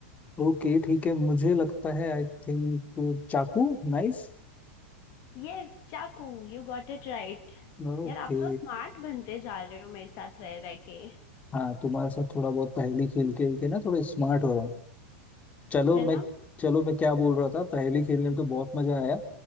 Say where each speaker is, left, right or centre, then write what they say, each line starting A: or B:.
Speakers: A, on the left (about 25°); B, on the left (about 50°).
A: ओके ठीक है मुझे लगता है आई थिंक चाकू नाइफ
B: यस चाकू यू गॉट इट राइट
A: ओके
B: यार आप तो स्मार्ट बनते जा रहे हो मेरे साथ रह रह के
A: हाँ तुम्हारे साथ थोड़ा बहुत पहेली खेल खेल के ना थोड़ा स्मार्ट हो रहा हूँ चलो
B: है ना
A: मैं चलो मैं क्या बोल रहा था पहेली खेलने में तो बहुत मजा आया